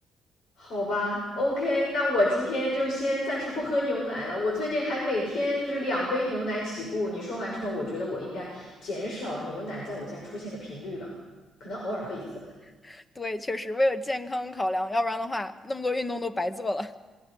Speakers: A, on the left (about 75°); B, on the left (about 20°).
A: 好吧，OK，那我今天就先暂时不喝牛奶了。我最近还每天就是两杯牛奶起步。你说完之后，我觉得我应该减少牛奶在我家出现的频率了，可能偶尔喝一次吧。
B: <laughs> 对，确实为了健康考量，要不然的话那么多运动都白做了。